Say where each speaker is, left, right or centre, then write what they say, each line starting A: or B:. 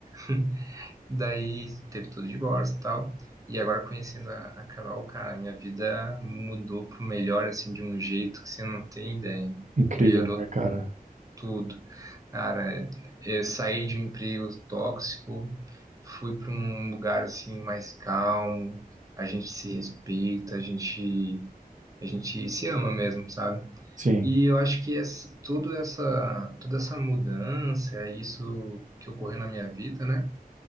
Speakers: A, on the right; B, on the right.
A: <laughs> Daí teve todo o divórcio e tal. E agora conhecendo a, a Carol, cara, minha vida mudou pro melhor, assim, de um jeito que você não tem ideia.
B: Incrível,
A: Melhorou
B: né, cara?
A: tudo. Cara, eu saí de um emprego tóxico, fui para um lugar assim mais calmo, a gente se respeita, a gente a gente se ama mesmo, sabe?
B: Sim.
A: E eu acho que esse, tudo essa toda essa mudança, isso que ocorreu na minha vida, né?